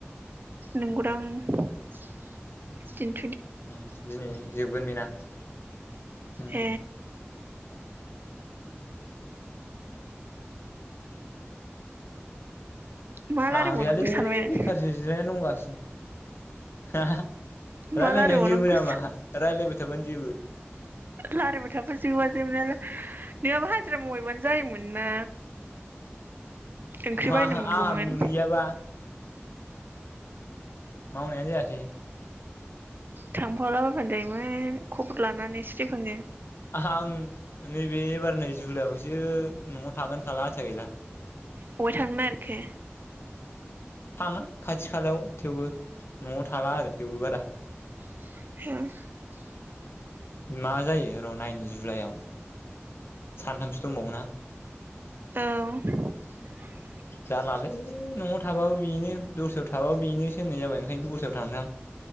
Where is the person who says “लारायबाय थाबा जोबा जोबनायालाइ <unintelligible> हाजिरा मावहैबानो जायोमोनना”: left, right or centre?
Right